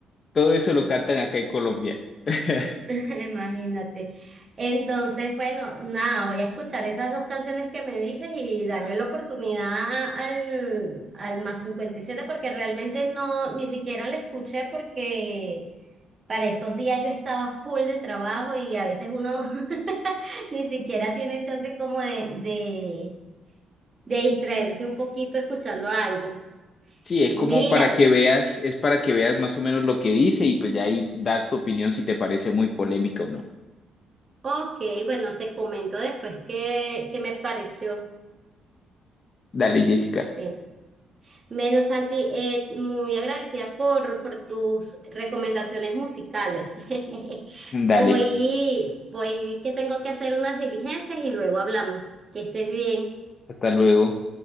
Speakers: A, on the left; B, on the right.
A: todo eso lo cantan acá en Colombia. <laughs>
B: <laughs> imagínate. Entonces, bueno, nada, voy a escuchar esas dos canciones que me dices y darle la oportunidad al, al más 57 porque realmente no, ni siquiera la escuché porque para esos días yo estaba full de trabajo y a veces uno <laughs> ni siquiera tiene chance como de, de, de distraerse un poquito escuchando algo.
A: Sí, es
B: Mira,
A: como para que veas, es para que veas más o menos lo que dice y pues ya ahí das tu opinión si te parece muy polémica o no.
B: Ok, bueno, te comento después qué, qué me pareció.
A: Dale, Jessica,
B: Sí. Menos Santi, eh, muy agradecida por, por tus recomendaciones musicales. <laughs>
A: dale,
B: Voy, voy, que tengo que hacer unas diligencias y luego hablamos. Que estés bien.
A: hasta luego.